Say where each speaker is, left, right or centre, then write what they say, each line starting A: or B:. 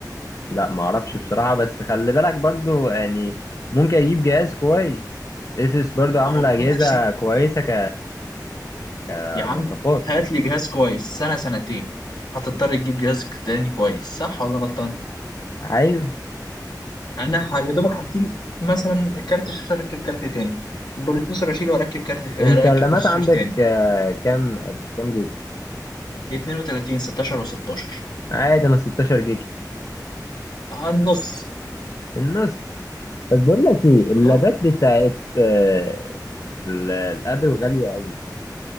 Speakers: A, on the left; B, on the left.
A: لا ما اعرفش بصراحة بس خلي بالك برضو يعني ممكن اجيب جهاز كويس اسس برضو عاملة
B: ما هو
A: اجهزة
B: ماشي
A: كويسة ك كمواصفات
B: يا عم هات لي جهاز كويس سنه سنتين هتضطر تجيب جهاز تاني كويس صح ولا غلطان
A: ايوه
B: انا ح- يا دوبك هشيل مثلا كارت الشاشه اركب كارت تاني بروسيسور اشيله واركب كارت آه،
A: انت الرامات
B: اركب بروسيسور
A: عندك
B: تاني
A: آه، كام كام جيجا
B: 32 16 و16
A: عادي انا 16 جيجا
B: النص
A: النص بس بقول لك ايه اللابات
B: اه
A: بتاعت آه، ال- الابل غالية قوي